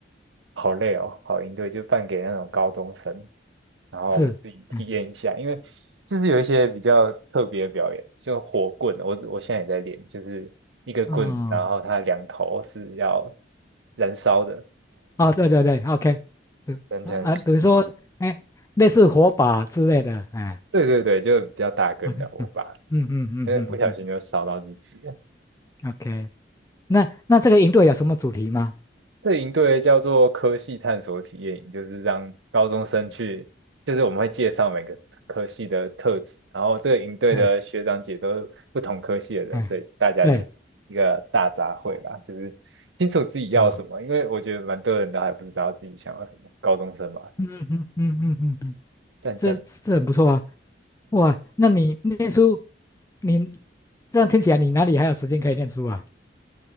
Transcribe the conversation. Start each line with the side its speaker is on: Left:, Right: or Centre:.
Right: 好累哦，跑营队就扮给那种高中生，然后我们自己体验一下，
Left: 是，嗯，
Right: 因为就是有一些比较特别的表演，就火棍，我我现在也在练，就是一个棍子然后它两头是要
Left: 哦。
Right: 燃烧的，
Left: 哦，对对对，OK，对啊，
Right: 燃成
Left: 啊比如说，哎，类似火把之类的，哎
Right: 对对对，就比较大根的火把，
Left: ，OK，嗯嗯嗯嗯嗯嗯
Right: 呃，不小心就烧到自己。
Left: ，OK，那那这个营队有什么主题吗？
Right: 这营队叫做科系探索体验营，就是让高中生去，就是我们会介绍每个科系的特质，然后这个营队的学长姐都是不同科系的人，
Left: 哎哎，
Right: 所以大家就是一个大杂烩吧，
Left: 对，
Right: 就是清楚自己要什么，
Left: 哦，
Right: 因为我觉得蛮多人都还不知道自己想要什么，高中生嘛，
Left: 嗯嗯嗯嗯嗯嗯，
Right: 战战
Left: 这这很不错啊，哇，那你念书，你这样听起来，你哪里还有时间可以念书啊？